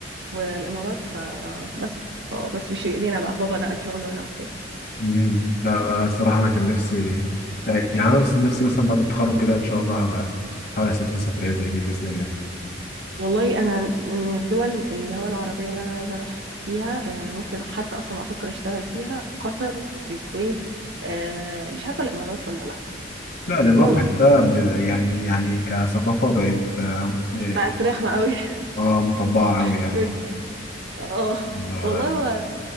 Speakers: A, on the right (about 65°); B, on the left (about 55°).
A: والامارات فبس آه، بس مش في ايدينا بقى بابا نقل شغله هنا وكده
B: مم. لا أنا الصراحة أنا كان نفسي يعني أنا بس نفسي مثلا بعد التخرج كده إن شاء الله هبقى أحاول أسافر سفرية زي دي بإذن الله
A: والله انا من الدول اللي هو العربيه اللي انا عايزه اروح فيها يعني ممكن حتى اصلا افكر اشتغل فيها قطر الكويت آه مش عارفه الامارات ولا لا
B: لا الإمارات
A: ممكن
B: بحسها ب... يعني يعني كثقافة بقت آه يعني-
A: بقت رخمه قوي
B: آه، مطبعة أوي يعني
A: <laughs> اه
B: ما-
A: والله هو